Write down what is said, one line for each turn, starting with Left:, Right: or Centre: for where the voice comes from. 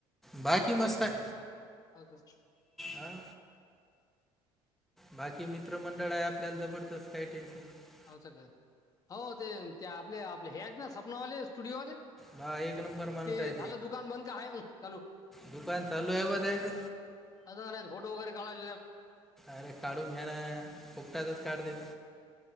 Centre: बाकी मस्त आहे
Left: आच
Centre: हां बाकी मित्रमंडळ आहे आपल्याला जबरदस्त काय टेन्शन नाही
Left: हो स काळय हो ते ते आपले आपले हे आहेत ना सपनावाले स्टुडिओवाले
Centre: बा एक नंबर माणूस
Left: ते
Centre: आहे
Left: झालं दुकान बंद का आहे मंग चालू
Centre: दुकान चालू आहे बा त्याचं
Left: अता फोटो वगैरे काळाज
Centre: अरे काढून घ्या ना फुकटातच काढतेी
Left: हो.